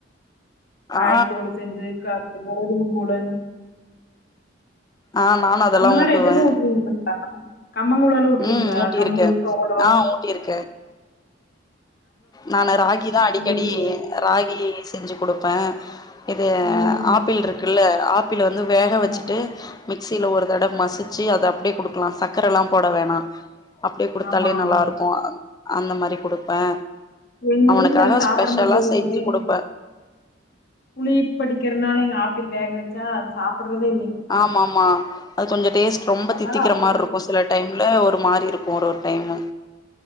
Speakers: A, on the left; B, on the left.
A: ராகி
B: ஆ
A: கூழு செஞ்சு க அப்றோ கோதும கூழுங்
B: அ நானு அதெல்லா
A: அந்த மாரி
B: ஊட்டுவே
A: ஐட்டந்தா ஊட்டுவீங்ளா கம்மங்கூழலல்லா ஊட்டுவீங்களா
B: ம் ஊட்டியிருக்கே
A: கம்பு சோளோ
B: ஆ ஊட்டியிருக்கே நானு ராகி தா அடிக்கடி
A: உளுந்து
B: ராகி செஞ்சு குடுப்பே இது
A: ம்.
B: ஆப்பிள் இருக்குல்ல ஆப்பிள வந்து வேக
A: ஆமா.
B: வச்சுட்டு மிக்சில ஒரு தடவ மசுச்சு அத அப்டியே குடுக்கலா சக்கரேலா போட வேணா அப்டியே குடுத்தாலே
A: ஆமா, ஆமாங்க.
B: நல்லாருக்கு அந்த மாரி குடுப்பே
A: எங்க
B: அவனுக்காக
A: வீட்ல அது சாப்ட
B: ஸ்பெஷலா
A: மாட்டேகிறாங்களே
B: செஞ்சு குடுப்பே
A: புளிப்படிக்கிறனால இங்க ஆப்பிள் வேக வச்சா அது சாப்பிட்றதே இல்லைங்
B: ஆமாமா அது கொஞ்சோ டேஸ்ட் ரொம்ப
A: அதனால
B: தித்திக்கிற
A: அப்
B: மார்ருக்கு சில டைம்ல ஒரு மாரி இருக்கு ஒரொரு டைமு